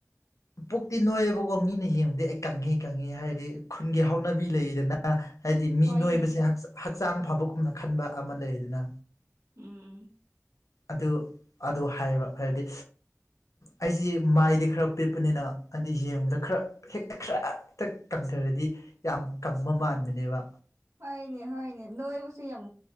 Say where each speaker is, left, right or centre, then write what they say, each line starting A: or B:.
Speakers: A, on the left; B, on the right.
A: ꯄꯨꯛꯇꯤ ꯅꯣꯏꯑꯦꯕꯀꯣ ꯃꯤꯅ ꯌꯦꯡꯕꯗꯤ ꯑꯩ ꯀꯪꯉꯤ ꯀꯪꯉꯦ ꯍꯥꯏꯔꯤ ꯈꯨꯟꯒꯤ ꯍꯥꯎꯅꯕꯤ ꯂꯩꯗꯅ ꯍꯥꯏꯗꯤ ꯃꯤ
B: ꯍꯣꯏꯅꯦ
A: ꯅꯣꯏꯕꯁꯦ ꯍꯛꯆꯥꯡ ꯐꯕꯒꯨꯝꯅ ꯈꯟꯕ ꯑꯃ ꯂꯩꯗꯅ
B: ꯎꯝ
A: ꯑꯗꯨ ꯑꯗꯨ ꯍꯥꯏꯕ ꯍꯥꯏꯕꯗꯤ ꯑꯩꯁꯤ ꯃꯥꯏꯗꯤ ꯈꯔ ꯄꯤꯛꯄꯅꯤꯅ ꯍꯥꯏꯗꯤ ꯌꯦꯡꯕꯗ ꯈꯔ ꯍꯦꯛꯇ ꯈꯔ ꯍꯦꯛꯇ ꯀꯪꯊꯔꯗꯤ ꯌꯥꯝ ꯀꯪꯕ ꯃꯥꯟꯕꯅꯦꯕ
B: ꯍꯣꯏꯅꯦ ꯍꯣꯏꯅꯦ ꯅꯣꯏꯕꯁꯨ ꯌꯥꯝ